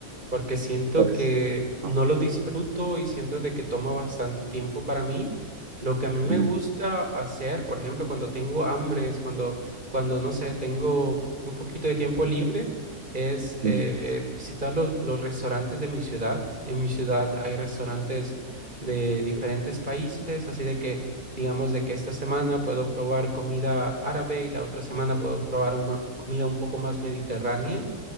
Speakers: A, on the right; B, on the right.
A: porque siento
B: Pues.
A: que no
B: ah,
A: lo disfruto y siento de que toma bastante tiempo para mí. Lo que a mí me
B: ujú,
A: gusta hacer, por ejemplo, cuando tengo hambre, es cuando, cuando no sé, tengo un poquito de tiempo libre, es
B: ujú,
A: eh, visitar los, los restaurantes de mi ciudad. En mi ciudad hay restaurantes de diferentes países, así de que, digamos, de que esta semana puedo probar comida árabe y la otra semana puedo probar un- comida un poco más mediterránea.